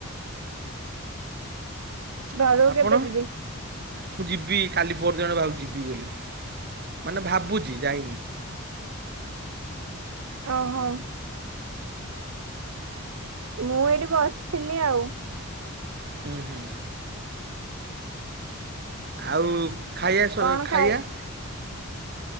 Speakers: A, on the right; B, on the right.
A: ଘରକୁ
B: ଆପଣ?
A: କେବେ ଯିବି?
B: ମୁଁ ଯିବି କାଲି ପରଦିନ ଆଡକୁ ଭାବୁଛି ଯିବି ବୋଲି ମାନେ ଭାବୁଛି ଯାଇନି।
A: ଓହୋ। ମୁଁ ଏଇଠି ବସିଥିଲି ଆଉ।
B: ହୁଁ ହୁଁ। ଆଉ ଖାଇଆ ସ
A: କଣ
B: ଖାଇଆ?
A: ଖାଇ